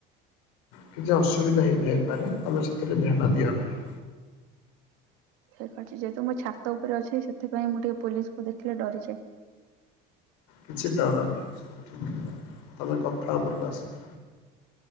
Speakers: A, on the left; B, on the right.
A: କିଛି ଅସୁବିଧା ହେଇଥାଇପାରେ, ତମେ ସେଥିରେ ଧ୍ୟାନ ଦିଅ ନାହିଁ।
B: ଠିକ ଅଛି, ଯେହେତୁ ମୁଁ ଛାତ ଉପରେ ଅଛି, ସେଥିପାଇଁ ମୁଁ ଟିକେ ପୋଲିସକୁ ଦେଖିଲେ ଡରିଯାଏ।
A: କିଛି ଡରନି, ସବୁ ଠିକ, ତମେ କଥା ଉପରକୁ ଆସ।